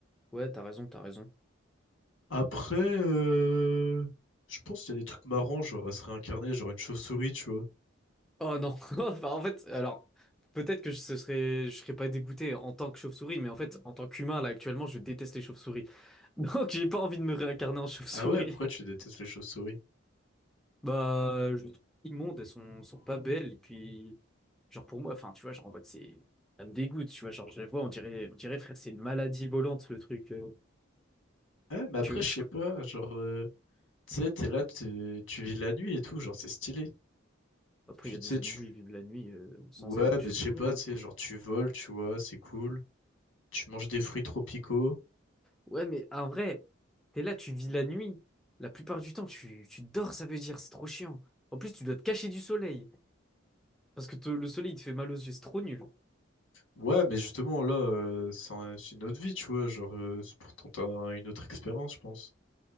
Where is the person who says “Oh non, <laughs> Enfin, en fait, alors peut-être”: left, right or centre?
Centre